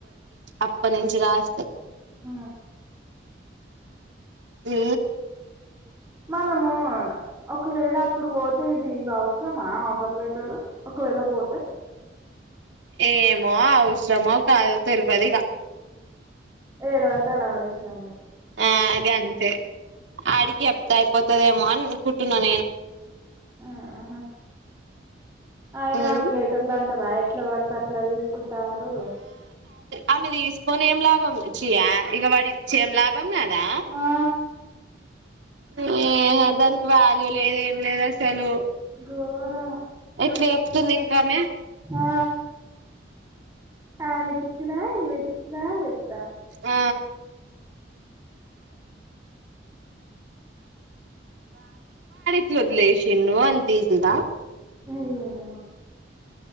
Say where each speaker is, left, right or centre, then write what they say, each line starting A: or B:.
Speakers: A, on the right; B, on the right.
A: అప్ప నుంచి రాస్
B: ఆ
A: ఆ
B: మనము ఒకవేళ అప్పుడు పోతే ఇది ఇది అవసరమా ఆఫర్ లెటరు ఒకవేళ పోతే
A: ఏమో అవసరమో కాదో తెలియదు ఇక
B: ఏడ అవుతాడో వాడే సిన్నా
A: ఆ గంతే ఆడికి చెప్తా అయిపోతదేమో అని కుంటున్నా నేను
B: ఆహ ఆయన
A: ఉమ్
B: అది లెటర్లు అంటదా ఎట్లా ఎట్లా పడితే అట్ల తీసుకుంటారు
A: ఆమెది ఏసుకొని ఏం లాభం ఇచ్చయా ఇక వాడి ఇచ్చే ఏం లాభం దొంగదా
B: ఆ
A: అదె దం వాళ్ళు లేదు ఏం లేద్ అసలు
B: గోరం
A: ఎట్లి చెప్తుంది ఇంకామె
B: ల అమెకిచ్చినా నీకిచ్చినా చెప్ స్తాన్
A: ఆ ఇల్లోదిషిన్డు అంతీ సిగా
B: అయ్యా